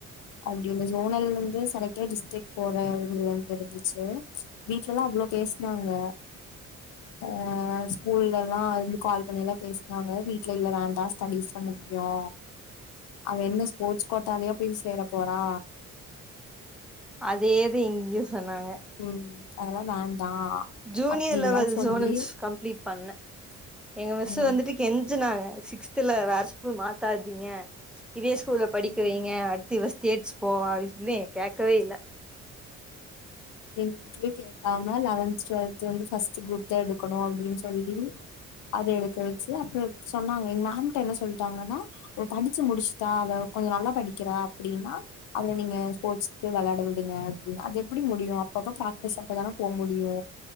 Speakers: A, on the left (about 85°); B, in the centre.
A: அ அப்டினு ஜோனல்ல இருந்து செலக்ட் ஆயி டிஸ்ட்ரிக் போற அளவுல இருந்துச்சு வீட்லல்லா அவ்ளோ பேசுனாங்க ஆ ஆ ஸ்கூல்லல்லா இருந்து கால் பண்ணிலா பேசுனாங்க வீட்ல இல்ல வேண்டா ஸ்டடிஸ் தா முக்கியோ அவ என்ன ஸ்போர்ட்ஸ் கோட்டாலயா போய் சேர போறா
B: அதேதா இங்கயு சொன்னாங்க
A: ம் அதெல்லா வேண்டா
B: ஜூனியர்
A: அப்டில்லா
B: லெவல்
A: சொல்லி
B: ஜோனல்ஸ் கம்ப்ளீட் பண்ணே எங்க மிஸ்
A: ம்
B: வந்துட்டு கெஞ்சுனாங்க சிக்ஸ்த்துல வேற ஸ்கூல் மாத்தாதீங்க இதே ஸ்கூல்ல படிக்கவைங்க
A: ம்
B: அடுத்து இவ ஸ்டேட்ஸ் போவா அப்டின்னு சொல்லி கேட்கவே இல்ல
A: எங்க வீட்டுலயே கேக்காம லெவன்த் டுவெல்த் வந்து ஃபர்ஸ்ட் குரூப் தா எடுக்கணு அப்டின்னு சொல்லி அது எடுக்க வெச்சி அப்புறம் சொன்னாங்க எங்க மேம்கிட்ட என்ன சொல்ட்டாங்கன்னா அவ படிச்சி முடிச்சுட்டா அவ கொஞ்சோ நல்லா படிக்கிறா அப்டின்னா அவல நீங்க ஸ்போர்ட்ஸ்க்கு விளையாட விடுங்க அப்டின்னு அது எப் ப்டி முடியு அப்பப்ப பிராக்டிஸ் அப்பதானே போ முடியு